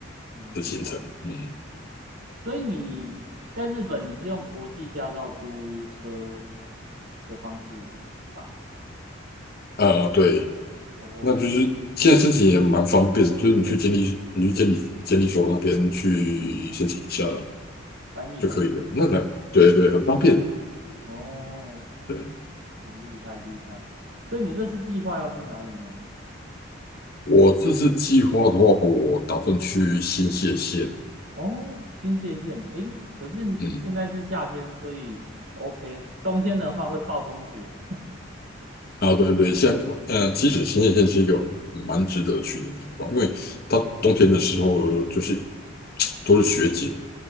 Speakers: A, on the right; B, on the left.
A: 嗯，
B: 的行程。
A: 了解。
B: 嗯，
A: 所以你在日本你是用国际驾照租车的方式吧？
B: 啊、对，
A: 哦，
B: 那就是现在申请也蛮方便的就是你去监理，你去监理监理所那边去申请一下
A: 翻译本
B: 就可以了。那个，对对，很方便。
A: 哦，
B: 对。
A: 很厉害厉害。所以你这次计划要去哪里呢？
B: 我这次计划的话，我打算去新泻县。
A: 哦，新泻县。诶，可是现在是夏天，
B: 嗯，
A: 所以 OK。冬天的话会暴风雪。
B: 啊，对对，现在呃，其实新泻县是一个蛮值得去的地方，因为它冬天的时候就是都是雪景，